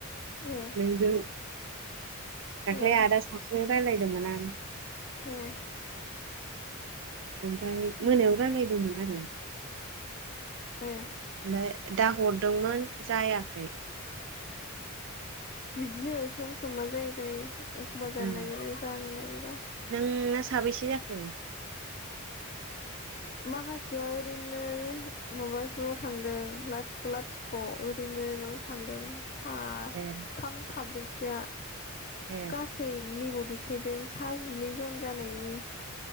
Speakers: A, on the left; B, on the right.
A: ए
B: नोंगौ। दाख्लै
A: ए
B: आदा सासे जों रायलायदोमोन आं।
A: ए।
B: ओमफ्राय
A: उम,
B: मोनायाव रायलायदोंमोन आरो
A: ए।
B: ओमफ्राय दा हरदोंमोन जायाखै।
A: बिदिनो सम सम मा जायोथाय? एखमबा
B: उम,
A: जानो नागिरो जानो नागिरा।
B: नोंना साबैसे जाखो?
A: माखासेया ओरैनो माबासोल' थांदों लाथिख' लाथिख' ओरैनोल' थांदों। सा
B: ए
A: थाम साब्रै थिया
B: ए
A: गासैनिबद देखायदों सा जिनै जन जानायनि